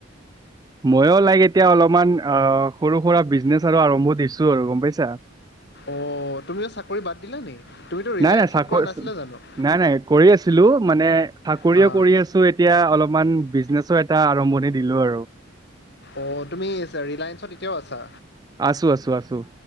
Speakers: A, on the right (about 20°); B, on the left (about 55°).
A: <inaudible> ময়ো লাইক এতিয়া অলপমান অ' সৰু সুৰা বিজনেছ আৰু আৰম্ভ দিছো আৰু গম পাইছা?
B: অ' তুমিও চাকৰি বাদ দিলা নি তুমিতো ৰিলায়েনচত
A: নাই নাই চাকৰি
B: কৰা নাছিলা জানো?
A: নাই, নাই কৰি আছিলোঁ মানে থাকৰিও
B: হা
A: কৰি আছো এত এতিয়া অলপমান বিজনেছো এটা আৰম্ভণি দিলো আৰু।
B: অ' তুমিচ ৰিলায়েনচত এতিয়াও আছা?
A: আছো, আছো, আছো।